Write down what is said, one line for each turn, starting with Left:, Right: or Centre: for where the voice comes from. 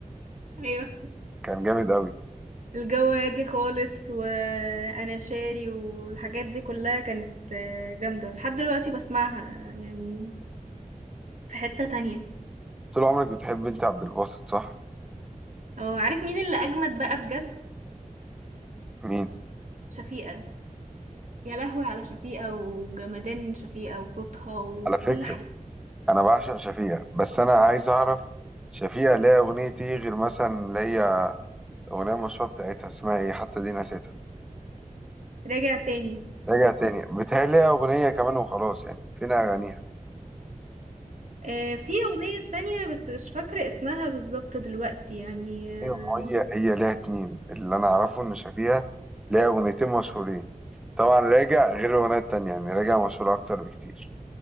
Right: أيوة
Centre: كان جامد قوي
Right: الجو هادي خالص وأنا شاري والحاجات دي كلها كانت آه، جامدة لحد دلوقتي بسمعها يعني في حتة تانية
Centre: طول عمرك بتحب انت عبد الباسط صح
Right: اه عارف مين اللي أجمد بقى بجد
Centre: مين
Right: شفيقة يا لهوي على شفيقة وجمدان شفيقة وصوتها وكل
Centre: على فكرة
Right: حاجة
Centre: انا بعشق شفيقة بس انا عايز اعرف شفيقة ليها اغنية ايه غير مثلا اللي هي اغنية مشهورة بتاعتها اسمها ايه حتى دي نسيتها
Right: راجع تاني
Centre: راجع تاني بتهيألي ليها اغنية كمان وخلاص يعني فين اغانيها
Right: آه في أغنية تانية بس مش فاكرة اسمها بالظبط دلوقتي يعني آه
Centre: ايوه ما هي هي ليها اتنين اللي انا اعرفه ان شافيها ليها اغنيتين مشهورين طبعا راجع غير الاغنيه التانية يعني راجع مشهور اكتر بكتير